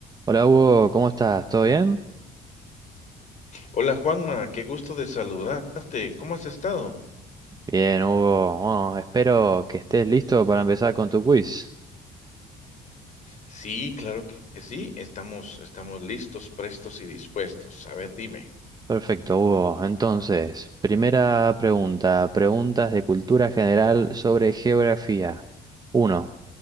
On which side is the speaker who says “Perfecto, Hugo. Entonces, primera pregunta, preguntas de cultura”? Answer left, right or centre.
Right